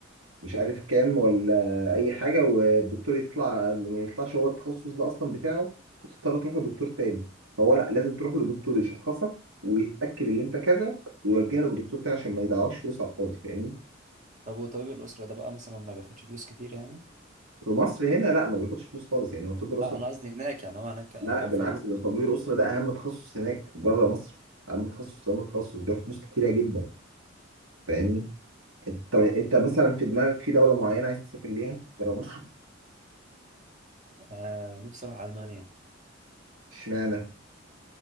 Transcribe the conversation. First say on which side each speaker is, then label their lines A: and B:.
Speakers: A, on the right; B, on the right.
A: مش عارف كام ولا أي حاجة والدكتور يطلع ما يطلعش هو التخصص ده أصلا بتاعه وتضطر تروح لدكتور تاني فهو لا لازم تروح لدكتور يشخصك ويتأكد إن أنت كذا ويوجه لك دكتور تاني عشان ما يضيعوش فلوس على الفاضي فاهمني؟
B: طب وطبيب الأسرة ده بقى مثلا ما بياخدش فلوس كتير يعني
A: في مصر هنا لا ما بياخدش فلوس خالص يعني هو الطب الأسري
B: لا أنا قصدي هناك يعني هو هناك أوفر
A: لا بالعكس
B: له
A: ده طبيب الاسره ده اهم تخصص هناك بره مصر اهم تخصص اهم تخصص بياخد فلوس كتيره جدا فاهمني انت طب انت مثلا في دماغك في دوله معينه عايز تسافر ليها بره مصر
B: آه نفسي أروح ألمانيا
A: اشمعنى